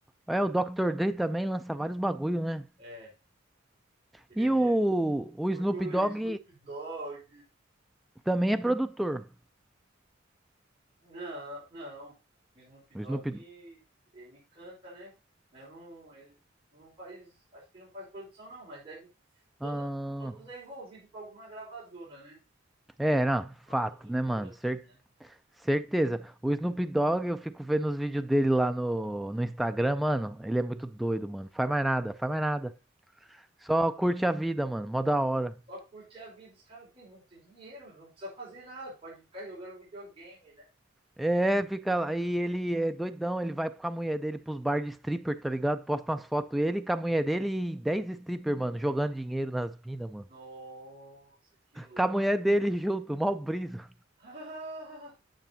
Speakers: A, in the centre; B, on the right (about 30°).
A: É, o Dr. Dre também lança vários bagulho, né?
B: É,
A: E
B: ele
A: o,
B: é
A: o Snoop
B: o Tolê,
A: Dogg.
B: Snoop Dogg,
A: Também é produtor.
B: Não, não. O Snoop Dogg,
A: O Snoop.
B: ele canta, né? Eu não, ele não faz, acho que ele não faz produção não, mas deve todos
A: Ah,
B: todos é envolvido com alguma gravadora, né?
A: é, não,
B: Uma
A: fato,
B: produtora
A: né, mano?
B: assim,
A: Cer-
B: né?
A: certeza. O Snoop Dogg, eu fico vendo os vídeos dele lá no, no Instagram, mano. Ele é muito doido, mano. Faz mais nada, faz mais nada. Só curte a vida, mano. Mó da hora.
B: Só curte a vida, os caras têm muito dinheiro, não precisa fazer nada, pode ficar jogando videogame, né?
A: É, fica lá. E ele é doidão. Ele vai com a mulher dele pros bar de stripper, tá ligado? Posta umas fotos ele com a mulher dele e 10 stripper, mano. Jogando dinheiro nas minas, mano.
B: Nossa, que louco.
A: Com a mulher dele junto, mó brisa.
B: <laughs>